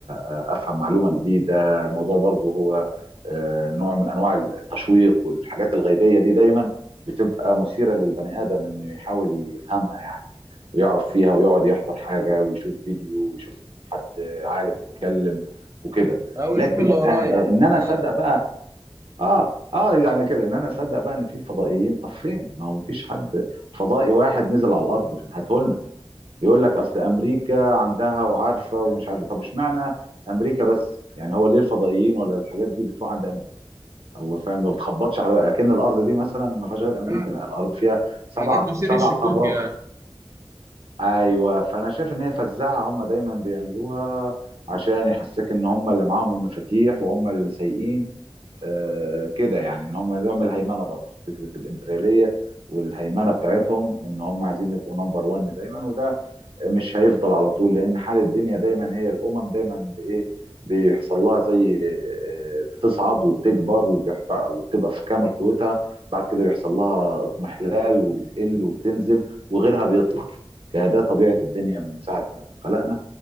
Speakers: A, on the right; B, on the right.
A: آه، افهم معلومه جديده الموضوع برضو هو آه، نوع من انواع التشويق والحاجات الغيبيه دي دايما بتبقى مثيره للبني ادم انه يحاول يفهمها يعني ويعرف فيها ويقعد يحضر حاجه ويشوف فيديو ويشوف حد عالم بيتكلم وكده
B: او
A: لكن
B: يشوف اللي وراه
A: آه
B: يعني
A: ان انا اصدق
B: لا
A: بقى اه اه يعني كده ان انا اصدق بقى ان في فضائيين طب فين؟ ما هو مفيش حد فضائي واحد نزل على الارض هاته لنا ويقول لك اصل امريكا عندها وعارفه ومش عارفه طب اشمعنى امريكا بس؟ يعني هو ليه الفضائيين ولا الحاجات دي بتروح عند امريكا؟ هو فاهم ما بتخبطش على اكن الارض دي مثلا ما فيهاش غير امريكا
B: فعلا
A: لا الارض فيها سبع
B: حاجات تثير
A: سبع
B: الشكوك
A: قارات
B: يعني
A: ايوه فانا شايف ان هي فزاعه هم دايما بيعملوها عشان يحسسك ان هم اللي معاهم المفاتيح وهم اللي سايقين آه كده يعني ان هم يعمل هيمنه برضه فكره الامبرياليه والهيمنه بتاعتهم ان هم عايزين يبقوا نمبر 1 دايما وده مش هيفضل على طول لان حال الدنيا دايما هي الامم دايما بايه بيحصل لها زي آه، بتصعد وبتكبر وبيحب- وبتبقى في كامل قوتها بعد كده بيحصل لها اضمحلال وبتقل وبتنزل وغيرها بيطلع فده طبيعة الدنيا من ساعة ما اتخلقنا